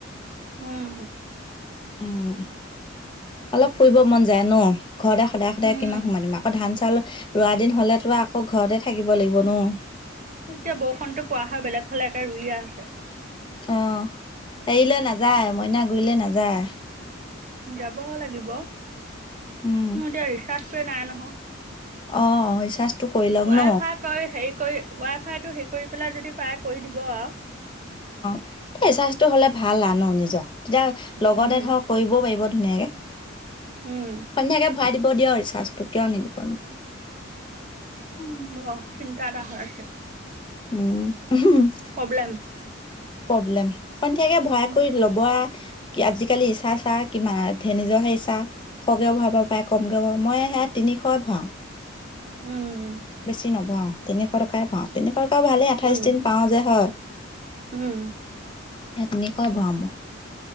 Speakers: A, on the right; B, on the left.
A: উম।
B: উম অলপ ফুৰিব মন যায় ন'। ঘৰতে সদায় সদায়
A: উম
B: কিমান সোমাই দিম আকৌ ধান চউল ৰোৱা দিন হলে তো আকৌ ঘৰতে থাকিব লাগিব ন'।
A: এতিয়া বৰষুণতো পোৱা হয় বেলেগ ফালে একে ৰুইয়ে আছে।
B: আহ এৰিলে নাযায় মইনা গুৰিলে নাযায়।
A: যাব লাগিব ম এতিয়া
B: উম
A: ৰিচাৰ্জটোৱে নাই নহয়।
B: অ', অ' ৰিচাৰ্জটো কৰি লওক
A: ৱাই
B: ন
A: ফাই কৰি হে কৰি ৱাই ফাইটো হে কৰি পেলাই যদি প্ৰায় কৰি দিব আৰু।
B: এ। ৰিৰ্চাজটো হ'লে ভাল আনো নিজৰ তেতিয়া লগতে
A: উম
B: ধৰ কৰিবও পাৰিব ধুনীয়াকে। সন্ধিয়াকে
A: উম
B: ভৰাই দিব দিয় ৰিচাৰ্জটো কিয় নিদিবনো।
A: ওম চিন্তা এটা হৈ আছে।
B: উম প্ৰব্লেম
A: প্ৰব্লেম
B: সন্ধিয়াকে ভয়া
A: উম
B: কৰি ল'ব আ কি আজিকালি ৰিছা চা কিমান ধে নিজৰ সেই ইচ্ছা খগেও ভৰাব পায় কমকেও ভ মই সেত তিন নিশয় ভাৱাও।
A: উম উ
B: বেছি নভৱাও তিনিশ টক কাই বনাও তিনিশ টকা ভালেই আঠাইশ
A: উম
B: দিন পাওঁ যে হয়।
A: উম
B: এ তিনিশয় ভৱাম মই।